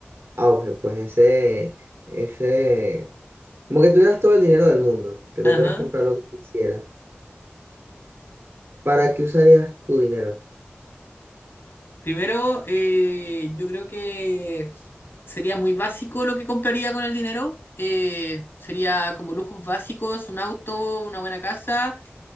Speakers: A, on the right (about 80°); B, on the left (about 65°).
A: auge, pues ese, ese, como que tuvieras todo el dinero del mundo, que te
B: Ajá.
A: pudieras comprar lo que quisieras. ¿Para qué usarías tu dinero?
B: Primero, eh, yo creo que sería muy básico lo que compraría con el dinero. Eh, sería como lujos básicos, un auto, una buena casa